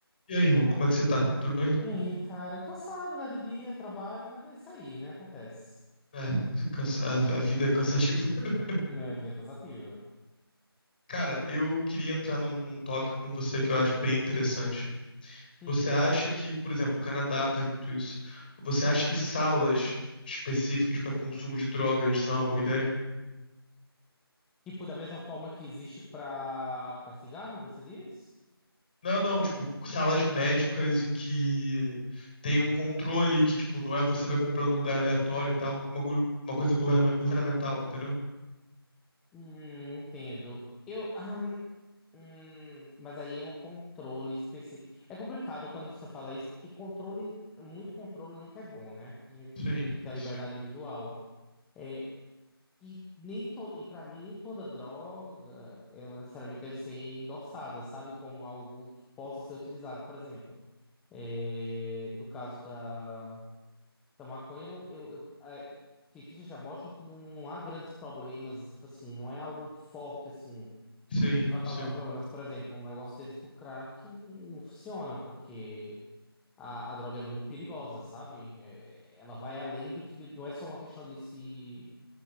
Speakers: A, on the left (about 20°); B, in the centre.
A: E aí, irmão, como é que você tá? Tudo bem?
B: E aí, cara, cansado, né, do dia, trabalho, mas é isso aí, né, acontece.
A: É, cansa- a, a vida é cansativa. <laughs>
B: É, vida é cansativa.
A: Cara, eu queria entrar num, num tópico com você que eu acho bem interessante.
B: Hum.
A: Você acha que, por exemplo, o Canadá faz muito isso? Você acha que salas específicas para consumo de drogas são uma boa ideia?
B: Tipo, da mesma forma que existe pra, pra cigarro, você diz?
A: Não, não, tipo, salas médicas em que tem um controle que, tipo, não é você vai comprando lugar aleatório e tal, uma, co- uma coisa governa- governamental, entendeu?
B: Hum, entendo. Eu, ah, hum, hum, mas aí é um controle específico. É complicado quando você fala isso, porque controle, muito controle nunca é bom, né? A gente
A: Sim,
B: tem que ter
A: sim,
B: a liberdade individual. É, E nem toda, e para mim nem toda droga, ela necessariamente deve ser endossada, sabe, como algo que possa ser utilizado, por exemplo. É, no caso da, da maconha, não, eu, eu- é, cientistas já mostram que não há grandes problemas, tipo assim, não é algo forte assim
A: sim,
B: que vai
A: sim.
B: causar problemas. Por exemplo, um negócio desse pro crack não funciona, porque a, a droga é muito perigosa, sabe? É, ela vai além do que não é só uma questão de se